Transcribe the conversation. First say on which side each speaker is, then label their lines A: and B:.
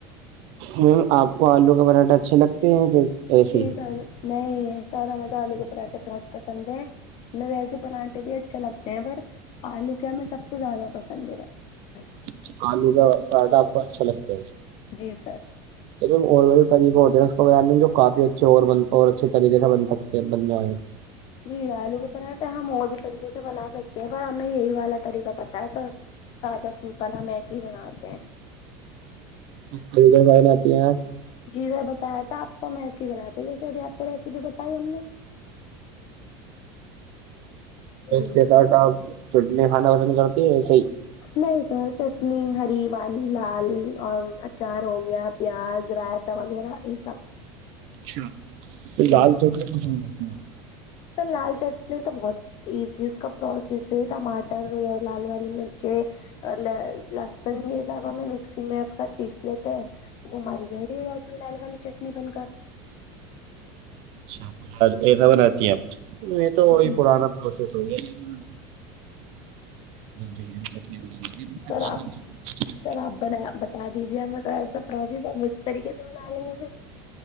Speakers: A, on the right; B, on the left.
A: میم آپ کو آلو کا پراٹھا اچھے لگتے ہیں پھر ایسے
B: جی
A: ہی
B: سر نہیں ہے سارا مزہ آالو کے پراٹھے بہت پسند ہیں ہمیں ویسے پراھے بھی اچھا لگتے ہیں پر آلو کے ہمیں سب سے زیادہ پسند ہے بٹٹ
A: چ آلو کا پراٹھا آپ کو اچھا لگتا ہے
B: جی سر
A: چ اور بڑے طریق ہوتے ہیں اس کو باننے جو کافی اچھے اور ب اچھے طریقے سے بن سکتے بن ج
B: جی آلو کے طحٹ ہے ہم اور بھی طریقے سے بنا سکتے ہیں پر ہمیں یہی والا طریقہ بتا ہے سر سیاادہ سمپل ہم ایسے ہی بناتے ہیں
A: اس طریقے سن آتی ہیں آپ
B: جی سر بتایا تھا آپ کو ہم ایسی ہی بناتے ہیں جیسے ابھی آپ کو ریسیپی بتائی ہم نے جی
A: کے سر آپ چٹنی خھانڈا پسند کرتی ہے صی
B: نہیں سر چ میں ہری والی لال اور اچار ہو گیا پیاز رائت وغیرہ یہ سب
A: اچھا پھر
B: جی
A: دال چوکلے ک
B: تو لال چٹنی تو بہت ایزی اس کا پروسیس ہے ٹماٹر لال والی مرچے ل لسن گی ب ہمیں مکسی میں اکثر پیس لیتے ہیں وہ ہماری ریڈی ہو جاتی ہے لال والی چٹنی بن کر
A: اچھا سب نہیںتیپ یہ تو
B: جی
A: پان کوشش ہو ہے لیکن بھی چٹنی بنانے جتی
B: سر آپ سر آپ بنا بتا دیجیے س پروسیس اس طریقے سے بنا لیں گ مھے